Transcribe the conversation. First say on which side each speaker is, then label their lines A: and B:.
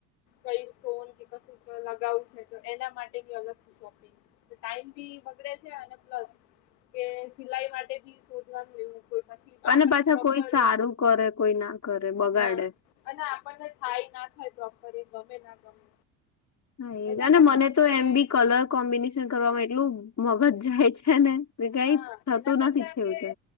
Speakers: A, on the left; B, on the left.
A: કઈ સ્ટોન કે કશું લગાવું છે તો એના માટે બી અલગથી શોપિંગ. ટાઈમ બી બગડે છે અને પ્લસ કે સિલાઈ માટે શોધવા જોયું પછી
B: અને
A: આપણને
B: પાછા
A: પ્રોપર
B: કોઈ સારું કરે કોઈ ના કરે બગાડે.
A: હા અને આપણને થાય ના થાય પ્રોપર એ ગમે ના ગમે.
B: હા
A: એના
B: એ અને
A: કરતા
B: મને તો
A: કે
B: એમ બી કલર કોમ્બિનેશન કરવામાં એટલું મગજ જાય છે ને તે કઈ
A: હા
B: થતું
A: એના કરતા
B: નથી છેવટે.
A: કે